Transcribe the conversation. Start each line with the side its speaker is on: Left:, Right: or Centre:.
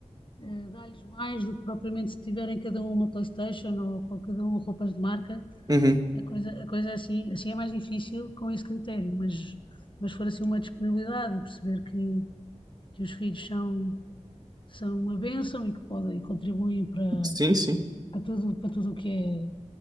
Left: eh, dá-lhes mais do que propriamente se tiverem cada um uma PlayStation ou com cada um roupas de marca
Right: Uhum.
Left: a coisa, a coisa é assim, assim é mais difícil com esse critério, mas, mas for assim uma disponibilidade e perceber que, que os filhos são, são uma bênção e que podem e contribuem para,
Right: Sim, sim.
Left: para tudo, para tudo o que é,